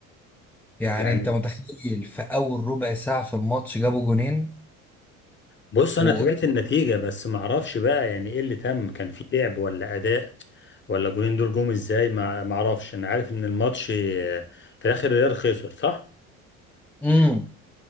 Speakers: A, in the centre; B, on the left.
A: يعني
B: يعني
A: انت متخيل في اول ربع ساعه في الماتش جابوا جونين
B: بص انا
A: و
B: تابعت النتيجه بس ما اعرفش بقى يعني ايه اللي تم كان في لعب ولا اداء ولا الجولين دول جم ازاي ما ما اعرفش انا عارف ان الماتش آه، في الاخر الريال خسر صح
A: مم.